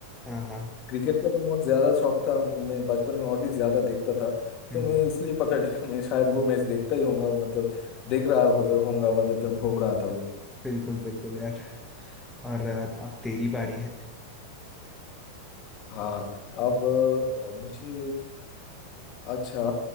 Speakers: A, in the centre; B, on the left.
A: हाँ हाँ
B: क्रिकेट का तो बहुत ज्यादा शौक था मैं बचपन में और भी ज्यादा देखता था
A: हम्म
B: तो मैं
A: हम्म।
B: इसलिए पकड़ लिया मैं शायद वो मैच देखता ही होऊंगा वो मतलब देख रहा हो होऊंगा मतलब जब हो रहा था वो
A: बिल्कुल बिल्कुल यार और आ, अब तेरी बारी है
B: हाँ अब अ, मुझे अच्छा